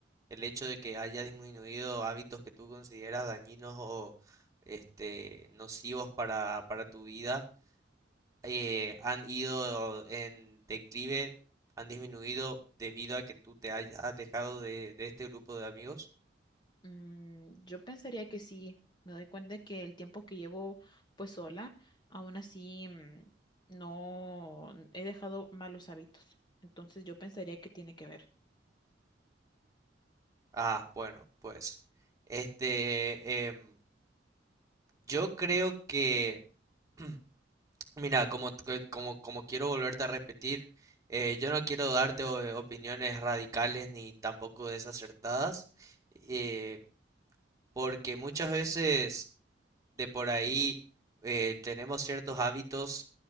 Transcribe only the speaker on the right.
el hecho de que haya disminuido hábitos que tú consideras dañinos o este, nocivos para, para tu vida eh, han ido en declive, han disminuido debido a que tú te hayas alejado de, de este grupo de amigos?
Ah, bueno, pues, este, em, yo creo que, <clears throat> mira, como, t- como, como quiero volverte a repetir, eh, yo no quiero darte o- opiniones radicales ni tampoco desacertadas, eh, porque muchas veces de por ahí eh, tenemos ciertos hábitos